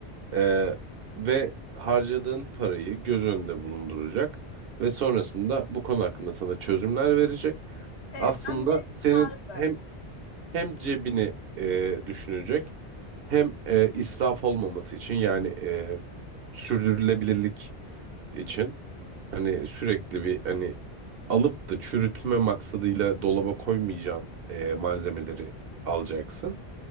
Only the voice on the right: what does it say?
eee, ve harcadığın parayı göz önünde bulunduracak ve sonrasında bu konu hakkında sana çözümler verecek.
Aslında
senin
hem hem cebini eee, düşünecek hem eee, israf olmaması için yani eee, sürdürülebilirlik için hani sürekli bir hani alıp da çürütme maksadıyla dolaba koymayacağın e, malzemeleri alacaksın